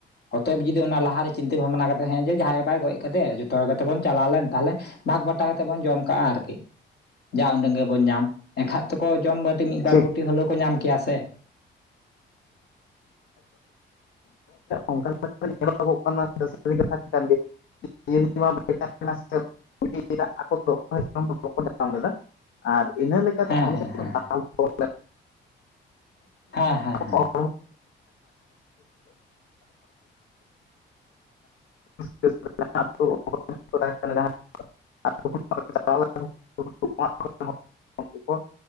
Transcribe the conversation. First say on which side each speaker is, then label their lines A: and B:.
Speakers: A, on the left (about 55°); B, on the left (about 75°).
A: ᱚᱛᱚᱮᱵ ᱡᱩᱫᱤ ᱚᱱᱟ ᱞᱟᱦᱟᱨᱮ ᱪᱤᱱᱛᱟᱹ ᱵᱷᱟᱵᱽᱱᱟ ᱠᱟᱛᱮᱸᱦᱮ ᱡᱮ ᱡᱟᱦᱟᱸᱭ ᱵᱟᱭ ᱜᱚᱡ ᱠᱟᱛᱮ ᱡᱚᱛᱚ ᱦᱚᱲ ᱜᱮᱛᱚᱵᱚᱱ ᱪᱟᱞᱟᱣ ᱞᱮᱱ ᱛᱟᱦᱞᱮ ᱵᱷᱟᱜᱽ ᱵᱟᱴᱟ ᱠᱟᱛᱮᱫ ᱵᱚᱱ ᱡᱚᱢ ᱠᱟᱜᱼᱟ ᱟᱨᱠᱤ ᱡᱟ ᱩᱰᱟᱹᱝ ᱜᱮ ᱵᱚᱱ ᱧᱟᱢ ᱮᱠᱷᱟᱡ ᱛᱚᱠᱚ ᱡᱚᱢ ᱵᱟᱴᱤ ᱢᱤᱫ ᱵᱟᱨ
B: ᱪᱮᱫ
A: ᱠᱩᱴᱤ ᱦᱚᱞᱚ ᱠᱚ ᱧᱟᱢ ᱠᱮᱭᱟ ᱥᱮ
B: ᱚᱱᱠᱟ <inaudible> ᱧᱮᱞᱚᱜᱚᱜ ᱠᱟᱱᱟ ᱠᱟᱛ <inaudible> ᱠᱟᱱ ᱜᱮ <unintelligible> ᱟᱨ ᱤᱱᱟᱹ ᱞᱮᱠᱟᱛᱮ
A: ᱦᱮᱸ
B: ᱚᱸᱰᱮ
A: ᱦᱮᱸ
B: ᱫᱚ
A: ᱦᱮᱸ ᱦᱮᱸ ᱦᱮᱸ ᱦᱮᱸ
B: ᱵᱟᱝ <inaudible> ᱡᱟᱦᱟᱸ <unintelligible> <unintelligible> <unintelligible>